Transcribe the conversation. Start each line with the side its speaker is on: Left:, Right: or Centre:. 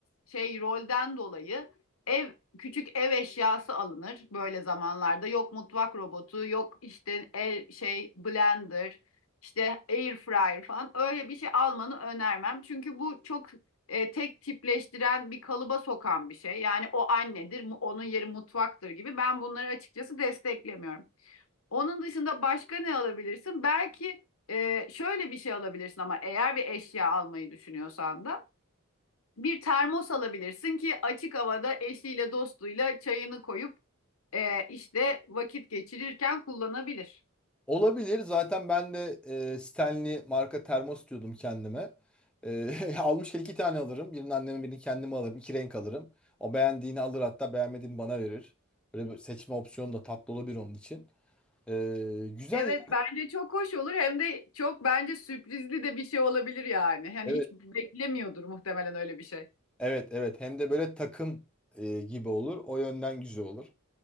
Left: şey rolden dolayı ev küçük ev eşyası alınır böyle zamanlarda. Yok mutfak robotu, yok işte el şey blender, işte air fryer falan öyle bir şey almanı önermem. Çünkü bu çok e, tek tipleştiren bir kalıba sokan bir şey. Yani o annedir, mu- onun yeri mutfaktır gibi. Ben bunları açıkçası desteklemiyorum. Onun dışında başka ne alabilirsin? Belki e, şöyle bir şey alabilirsin ama eğer bir eşya almayı düşünüyorsan da bir termos alabilirsin ki açık havada eşiyle dostuyla çayını koyup e, işte vakit geçirirken kullanabilir.
Centre: Olabilir. Zaten ben de e, Stanley marka termos diyordum kendime. E, <laughs> almışken iki tane alırım. Birini anneme birini kendime alırım. İki renk alırım. O beğendiğini alır hatta beğenmediğini bana verir. Böyle bir seçme opsiyonu da tatlı olabilir onun için. E, güzel.
Left: Evet bence çok hoş olur hem de çok bence sürprizli de bir şey olabilir yani. Hani
Centre: Evet.
Left: hiç beklemiyordur muhtemelen öyle bir şey.
Centre: Evet. Evet. Hem de böyle takım e, gibi olur. O yönden güzel olur.